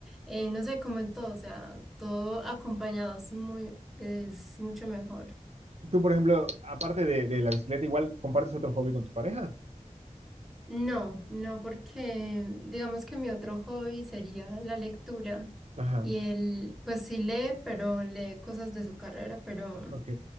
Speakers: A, in the centre; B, on the right.
A: eh, no sé, como en todo, o sea, todo acompañado es muy, es mucho mejor.
B: Tú, por ejemplo, aparte de, de la bicicleta, igual compartes otro hobby con tu pareja.
A: No, no, porque digamos que mi otro hobby sería la lectura.
B: Ajá,
A: Y él, pues sí lee, pero lee cosas de su carrera, pero
B: ok.